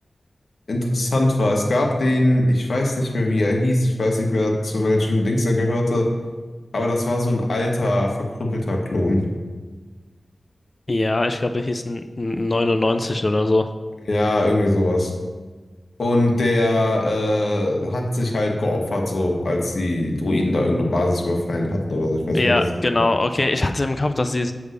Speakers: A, on the left; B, on the left.
A: interessant war. Es gab den, ich weiß nicht mehr, wie er hieß, ich weiß nicht mehr, zu welchem Dings er gehörte, aber das war so ein alter, verkrüppelter Klon.
B: Ja, ich glaube, der hieß n- 99 oder so.
A: Ja, irgendwie sowas. Und der äh, hat sich halt geopfert, so als die Droiden da irgendeine Basis überfallen hatten oder so. Ich weiß
B: Ja,
A: nicht mehr, was es genau
B: genau.
A: war.
B: Okay, ich hatte im Kopf, dass die